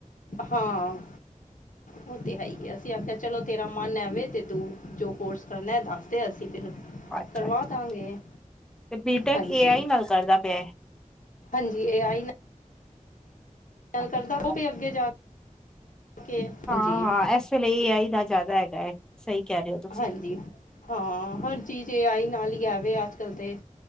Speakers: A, on the left; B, in the centre.
A: ਹਾਂ। ਉਹ ਤੇ ਹੈ ਹੀ ਐ, ਅਸੀਂ ਆਖਿਆ ਚਲੋ ਤੇਰਾ ਮਨ ਹੈਵੇ ਤੇ ਤੂੰ, ਜੋ ਕੋਰਸ ਕਰਨਾ ਦੱਸਦੇ, ਅਸੀਂ ਫਿਰ
B: ਅੱਛਾ-ਅੱਛਾ,
A: ਕਰਵਾ ਦਾਂਗੇ
B: ਤੇ ਬੀਟੇਕ
A: ਹਾਂਜੀ
B: ਏ਼ਆਈ ਨਾਲ ਕਰਦਾ ਪਿਆ ਏ।
A: ਹਾਂਜੀ, ਏਆਈ ਨਾ ਨਾਲ
B: ਅੱਛਾ
A: ਕਰਦਾ, ਉਹ ਵੀ ਅੱਗੇ ਜਾ ਕੇ
B: ਹਾਂ-ਹਾਂ,
A: ਹਾਂਜੀ
B: ਇਸ ਵੇਲੇ ਏ ਆਈ ਦਾ ਜ਼ਿਆਦਾ ਹੈਗਾ ਏ, ਸਹੀ ਕਹਿ ਰਹੇ ਹੋ। ਤੁਸੀਂ
A: ਹਾਂਜੀ, ਹਾਂ, ਹਰ ਚੀਜ਼ ਇਹ ਏ ਆਈ ਨਾਲ ਹੀ ਹੈਵੇ, ਅੱਜਕੱਲ ਤੇ।